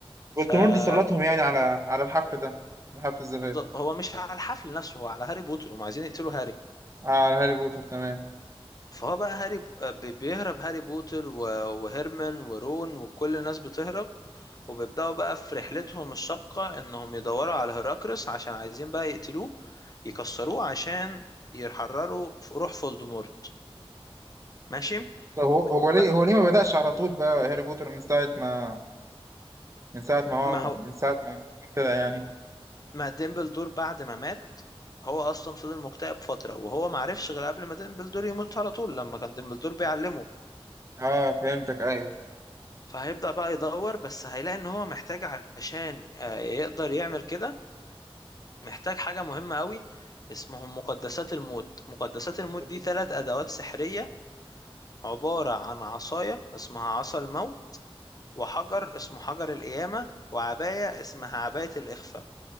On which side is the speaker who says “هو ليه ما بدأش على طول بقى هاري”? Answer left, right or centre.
Right